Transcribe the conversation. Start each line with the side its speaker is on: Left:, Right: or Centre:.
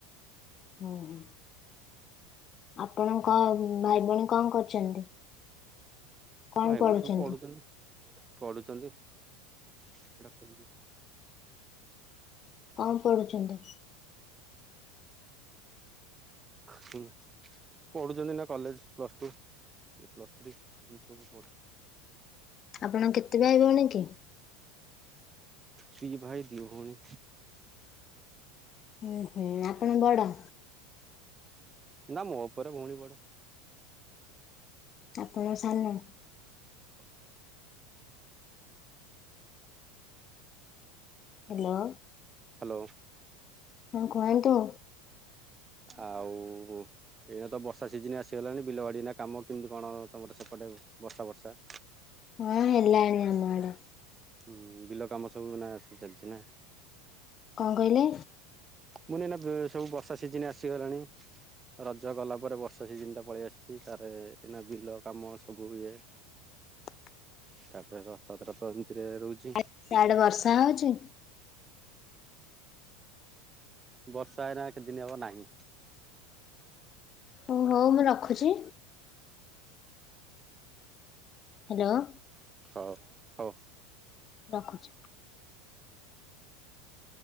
Left: ଓ ହୋ ଆପଣଙ୍କ ଭାଇ ଭଉଣୀ କଣ କରୁଛନ୍ତି କଣ
Right: ଭାଇ
Left: କରୁଛନ୍ତି?
Right: ଭଉଣୀ ସବୁ ପଢୁଛନ୍ତି ପଢୁଛନ୍ତି ସେଟା ଖୋ
Left: କଣ ପଢୁଛନ୍ତି?
Right: ହୁଁ ପଢୁଛନ୍ତି ନା କଲେଜ ପ୍ଲସ ଟୁ। ଏ ପ୍ଲସ୍ ଥ୍ରୀ ଏମିତି ସବୁ ପ
Left: ଆପଣ କେତେ ଭାଇଭଉଣୀ କି?
Right: ଦି ଭାଇ ଦି ଭଉଣୀ।
Left: ଓହୋ ଆପଣ ବଡ?
Right: ନାଁ ମୋ ଉପରେ ଭଉଣୀ ବଡ
Left: ଆପଣ ସାନ?
Right: ଆ <inaudible>
Left: ହ୍ୟାଲୋ।
Right: ହ୍ୟାଲୋ।
Left: ହଉ କୁହନ୍ତୁ।
Right: ଆଉ ଏଇନା ତ ବର୍ଷା ସିଜିନ୍ ଆସିଗଲାଣି ବିଲବାଡ଼ି ନା କାମ କେମିତି କଣ ତମର ସେ ପଟେ ବର୍ଷା ବର୍ଷା।
Left: ହଁ ହେଲାଣି ଆମ ଆଡ଼େ।
Right: ହୁଁ ବିଲ କାମ ସବୁ ନା ସବୁ ଚାଲିଛି ନା?
Left: କଣ କହିଲେ?
Right: ମୁଁ <unintelligible> ସବୁ ବର୍ଷା ସିଜିନ୍ ଆସିଗଲାଣି। ରଜ ଗଲା ପରେ ବର୍ଷା ସିଜିନ୍ ଟା ପଳେଇ ଆସିଛି ତାର ଏଇନା ବିଲ କାମ ସବୁ ଇଏ
Left: <inaudible>
Right: ତାପରେ ରଥଯାତ୍ରା ଏମିତିରେ ରହୁଛି
Left: ଆଜି ସିଆଡେ଼ ବର୍ଷା ହଉଚି?
Right: ବର୍ଷା ଏଇନା କେତେ ଦିନ ହବ ନାହିଁ।
Left: ଓ ହଉ ମୁଁ ରଖୁଛି। ହ୍ୟାଲୋ।
Right: ହଉ ହଉ।
Left: ରଖୁଛି।